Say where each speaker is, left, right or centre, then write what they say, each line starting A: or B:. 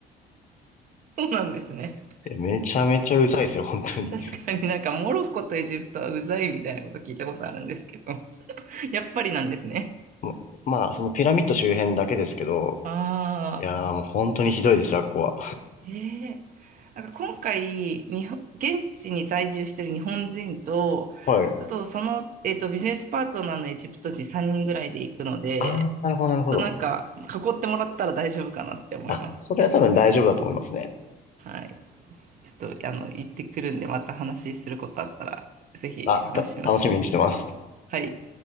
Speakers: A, on the right; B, on the left.
A: そうなんですね。
B: えめちゃめちゃうざいですよ、本当に。
A: 確かになんかモロッコとエジプトはうざいみたいなこと聞いたことあるんですけど、やっぱりなんですね。
B: もうまあ、そのピラミッド周辺だけですけど、
A: ああ。
B: いやーもう本当にひどいですよ、あっこは。
A: ええなんか今回日本、現地に在住してる日本人と、
B: はい。
A: あとその、えっと、ビジネスパートナーのエジプト人3人ぐらいで行くので、
B: あー、なるほど、
A: ちょっとなんか囲ってもらったら大丈夫かなって思います。
B: なるほど。あ、それは多分大丈夫だと思いますね。
A: はい。ちょっとあの行ってくるんで、また話することあったら、ぜひ話しましょう。
B: あ、た、楽しみにしてます。
A: はい。